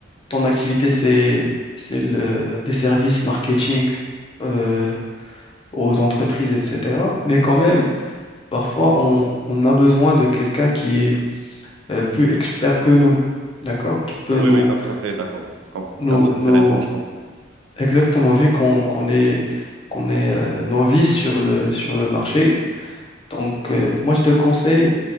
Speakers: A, on the left; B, on the right.
A: ton activité, c'est, c'est le, des services marketing euh, aux entreprises, etc. Mais quand même, parfois, on, on a besoin de quelqu'un qui est euh, plus expert que nous, d'accord? Qui peut
B: Oui,
A: nous,
B: oui, tu as tout à fait d'accord. Je comprends.
A: nous,
B: Tu as tout à
A: nous
B: fait raison, je comprends.
A: exactement, vu qu'on qu'on est, qu'on est euh, novice sur le, sur le marché Donc, euh, moi, je te conseille